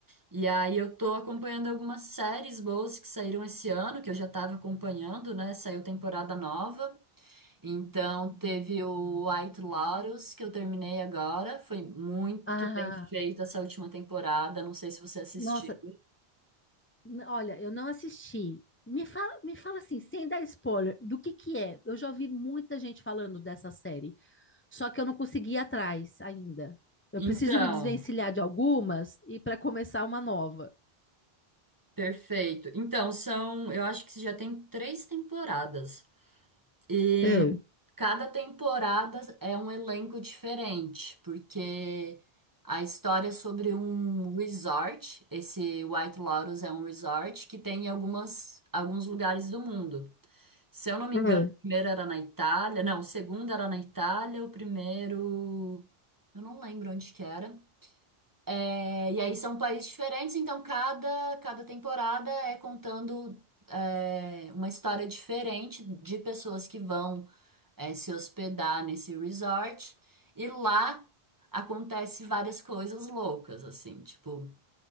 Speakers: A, on the right; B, on the left.
A: E aí eu tô acompanhando algumas séries boas que saíram esse ano, que eu já tava acompanhando, né? Saiu temporada nova. Então teve o White Lotus, que eu terminei agora. Foi muito
B: Ah,
A: bem feita essa última temporada. Não sei se você assistiu.
B: nossa, N- Olha, eu não assisti. Me fala, me fala assim, sem dar spoiler, do que que é? Eu já ouvi muita gente falando dessa série, só que eu não consegui ir atrás ainda. Eu
A: Então,
B: preciso me desvencilhar de algumas e para começar uma nova.
A: perfeito. Então, são, eu acho que já tem três temporadas. E
B: É,
A: cada temporada é um elenco diferente, porque a história é sobre um resort, esse White Lotus é um resort que tem em algumas, alguns lugares do mundo. Se eu não me
B: é.
A: engano, o primeiro era na Itália, não, o segundo era na Itália, o primeiro, eu não lembro onde que era. É, e aí são países diferentes, então cada, cada temporada é contando é, uma história diferente de pessoas que vão é, se hospedar nesse resort. E lá acontece várias coisas loucas, assim, tipo,